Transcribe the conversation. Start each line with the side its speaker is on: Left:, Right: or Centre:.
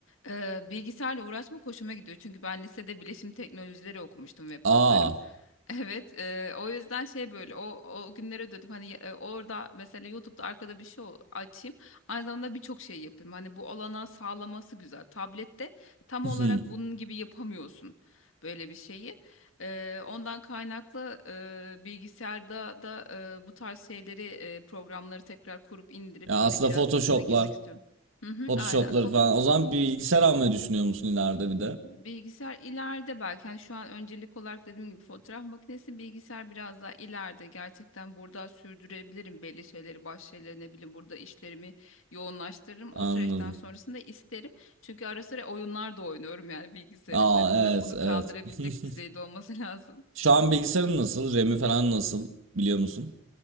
Left: Ee, Bilgisayarla uğraşmak hoşuma gidiyor çünkü ben lisede bilişim teknolojileri okumuştum web
Right: Aa.
Left: tasarım. <laughs> Evet, e, o yüzden şey böyle o o günlere dönüp hani e, orada mesela YouTube'da arkada bir şey o- açayım. Aynı zamanda birçok şey yapayım. Hani bu olanağı sağlaması güzel. Tablette tam
Right: <laughs>
Left: olarak bunun gibi yapamıyorsun böyle bir şeyi. Eee, ondan kaynaklı eee, bilgisayarda da eee, bu tarz şeyleri eee, programları tekrar kurup indirip
Right: Ya
Left: böyle
Right: aslında
Left: biraz
Right: Photoshop'lar,
Left: içine girmek istiyorum. Hı hı,
Right: Photoshop'ları
Left: aynen. Foto
Right: falan. O zaman bir bilgisayar almayı düşünüyor musun ileride bir de?
Left: bilgisayar ileride belki hani şu an öncelik olarak dediğim gibi fotoğraf makinesi bilgisayar biraz daha ileride. Gerçekten burada sürdürebilirim belli şeyleri, baş şeyleri ne bileyim burada işlerimi yoğunlaştırırım.
Right: <laughs> Anladım.
Left: O süreçten sonrasında isterim. Çünkü ara sıra oyunlar da oynuyorum yani bilgisayar
Right: Aa
Left: üzerinden.
Right: evet
Left: Bunu
Right: evet.
Left: kaldırabilecek
Right: <laughs>
Left: düzeyde olması <laughs> lazım.
Right: Şu an bilgisayarın nasıl? RAM'i falan nasıl? Biliyor musun?